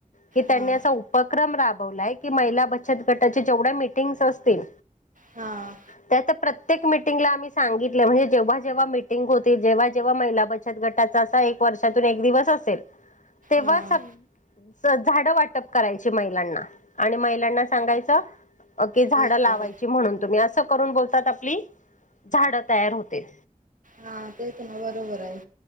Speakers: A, on the left (about 65°); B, on the right (about 70°).
A: की, त्यांनी
B: हा
A: असा उपक्रम राबव वलाय की महिला बचत गटाच्या जेवढ्या मीटिंग्स असतील
B: हा
A: त्याचे प्रत्येक प्रत्येक मिटिंगला आम्ही सांगितलं म्हणजे, जेव्हा जेव्हा मिटिंग होते, जेव्हा जेव्हा महिला बचत गटाचा असा एक वर्षातून एक दिवस असेल. तेव्हा
B: हा.
A: सग झाडं वाटप करायची, महिलांना आणि महिलांना सांगायचं कि झाडं
B: ते झाड
A: लावायची, म्हणून तुम्ही असं करून बोलतात आपली झाडं तयार होते.
B: हा तेच ना बरोबर आहे,